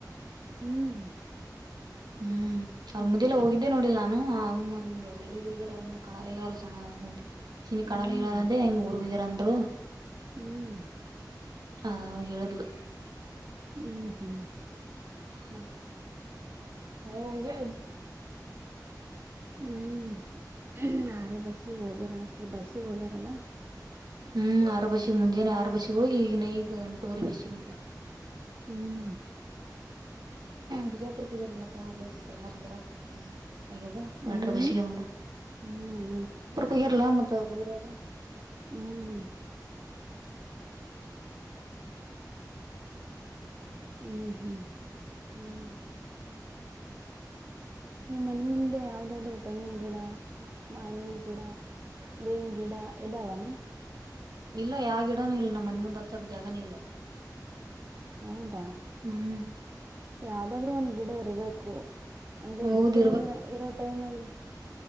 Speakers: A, on the right; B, on the right.
A: ಹ್ಮ್
B: ಹ್ಮ್ ಅವ್ರ್ ಮುಂದೆಲ್ಲ ಹೋಗಿದ್ದೆ ನೋಡಿಲ್ಲ ನಾನು ಆ ಅಮ್ಮಂದರು ಎಲ್ಲಿಗ್ ಹೋಗ್ಯಾರ ಅಮ್ಮ ಕಣಲೆಗಾ ಸಣ ಅವರು ಚನಿ
A: ಹ್ಮ್
B: ಕಣಲೆಗಾಂದ ಹೆಂಗ್ ಊರುಗಗೆಂದರು
A: ಹ್ಮ್
B: ಹ ಅವ ಹೇಳುದ್ಲು
A: ಹ್ಮ್ ಹ್ಮ್
B: ಹೌ ಹ ಹಗ
A: ಹ್ಮ್ ಯರ ಬಸ್ಸಿಗೆ ಹೋಗಿರತ ಬಸ್ಸಿಗೆ ಹೋಗ್ಯಾರಲ್ಲ
B: ಹ್ಮ್ ಆರ ಬಸಿಗೆ ಮುಂಜಾನೆ ಆರು ಬಸಿಗೆ ಹೋಗಿ ಈಗ ನ ಈಗ ಗಂಟಗರಿ ಬಸಿಿಗೆ ಮುಂದೆ
A: ಹ್ಮ್
B: ಬಜಾಪು ಕು ಅಲ್ಲ ಮತಲ್ಲಕ ಪ್ರಮಾತ್ ಬರ ಆಗದ
A: ಹ್ಮ್
B: ಮಟರ್ ಬಶಿಕ
A: ಹ್ಮ್ ಹ್ಮ್
B: ಕ ಯಾರ ಲಾಮತ್ತ ದೂರದ
A: ಹ್ಮ್ <inaudible> ಹ್ಮ್ ಹ್ಮ್
B: ಹ್ಮ್
A: ನಿಮ್ಮ ಮನೆ ಮುಂದೆ ಯಾವ್ದಾದ್ರು ತೆಂಗಿನ ಗಿಡ ಮಾನೆ ಗಿಡ ವೇಣಜಡ ಎದಾವನು
B: ಇಲ್ಲ ಯಾವಿಡಾನೂ ಇಲ್ಲ ನಮ್ಮ ಮನೆ ಮುಂದ್ ಹತ್ಚ್ಚಕ್ ಜಾಗನೇ ಇಲ್ಲ
A: ಹೌದು
B: ಹ್ಮ್
A: ಯಾವ್ದಾದ್ರು ಒಂದ್ ಗಿಡ ಇರಬೇಕು ಅಂದ್ರೆ
B: ಹೌದ್
A: ಬಿಸಿಲ್ ಇರೋ ಟೈಮ್ ಅಲ್ಲಿ